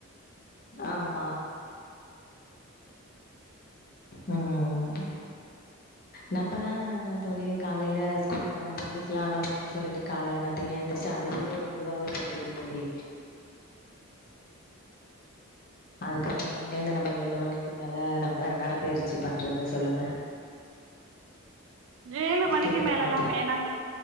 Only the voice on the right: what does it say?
ஏழு மணிக்கு
மேலல்லா வேணா தோழி